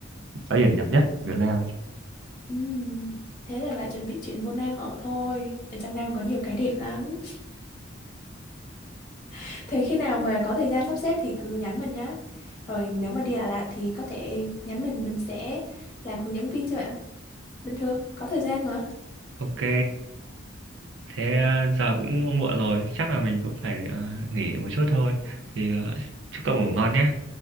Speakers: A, on the right; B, on the left.
A: bãi biển đẹp nhất Việt Nam
B: ừ. Thế là phải chuẩn bị chuyện vô Nam ở thôi ở trong Nam có nhiều cái đẹp lắm <laughs> thế khi nào mà có thời gian sắp xếp thì cứ nhắn mình nhá rồi nếu mà đi Đà Lạt thì có thể nhắn mình mình sẽ làm hướng dẫn viên cho bạn bình thường có thời gian mà
A: Ok, thế ờ, giờ cũng muộn rồi, chắc là mình cũng phải ờ, nghỉ một chút thôi. Thì ờ, chúc cậu ngủ ngon nhé.